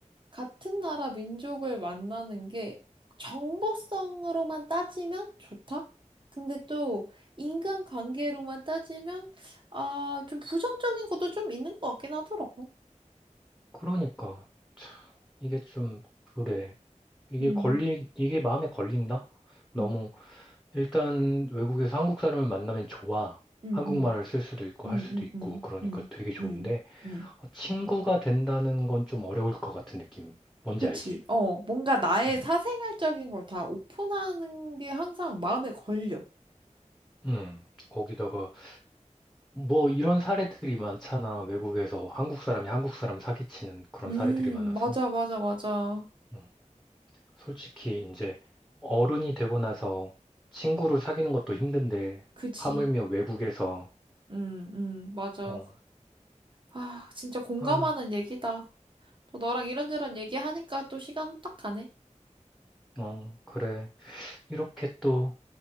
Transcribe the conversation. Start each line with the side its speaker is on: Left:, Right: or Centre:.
Right: 같은 나라 민족을 만나는 게 정보성으로만 따지면 좋다? 근데 또 인간관계로만 따지면 아, 좀 부정적인 것도 좀 있는 것 같긴 하더라고.
Centre: 그러니까 참 이게 좀 그래. 이게
Right: 음,
Centre: 걸리 이게 마음에 걸린다? 너무
Right: 음,
Centre: 일단 외국에서 한국 사람을 만나면 좋아.
Right: 음,
Centre: 한국말을
Right: 음,
Centre: 쓸 수도 있고
Right: 음,
Centre: 할 수도 있고
Right: 음,
Centre: 그러니까
Right: 음,
Centre: 되게 좋은데
Right: 음, 음.
Centre: 어, 친구가 된다는 건 좀 어려울 것 같은 느낌. 뭔지
Right: 그치.
Centre: 알지?
Right: 어, 뭔가 나의
Centre: 응.
Right: 사생활적인 걸 다 오픈하는 게 항상 마음에 걸려.
Centre: 응. 거기다가 뭐 이런 사례들이 많잖아. 외국에서 한국 사람이 한국 사람 사기치는 그런
Right: 음,
Centre: 사례들이 많아서.
Right: 맞아, 맞아, 맞아.
Centre: 음. 솔직히 이제 어른이 되고 나서 친구를 사귀는 것도 힘든데
Right: 그치.
Centre: 하물며 외국에서
Right: 음, 음, 맞아.
Centre: 어,
Right: 아, 진짜 공감하는
Centre: 아,
Right: 얘기다. 또 너랑 이런저런 얘기하니까 또 시간 후딱 가네.
Centre: 어, 그래. 이렇게 또